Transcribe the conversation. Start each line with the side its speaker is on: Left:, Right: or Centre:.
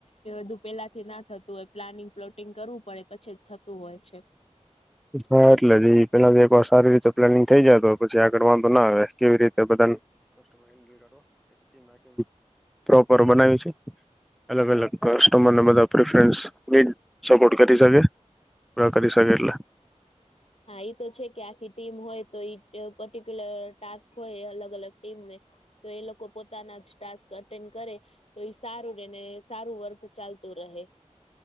Left: એ બધું પેલાથી ના થતું હોય પ્લાનિંગ પ્લોટિંગ કરવું પડે પછી જ થતું હોય છે.
Centre: હા એટલે જ એ પેલા તો એક વાર સારી રીતે પ્લાનિંગ થઈ જાય તો પછી આગળ વાઘો ના આવે. કેવી રીતે બધા ન <unintelligible> પ્રોપર બનાયુ છે. અલગ અલગ કસ્ટમરને બધા પ્રફરન્સ જે સપોર્ટ કરી શકે. <unintelligible> કરી શકે એટલે.
Left: હા એ તો છે કે આખી ટીમ હોય તો પર્ટિક્યુલર ટાસ્ક હોય અલગ અલગ ટીમને તો એ લોકો પોતાના જ ટાસ્ક અટેન્ડ કરે. તો ઈ સારું રે ને સારું વર્ક ચાલતું રહે.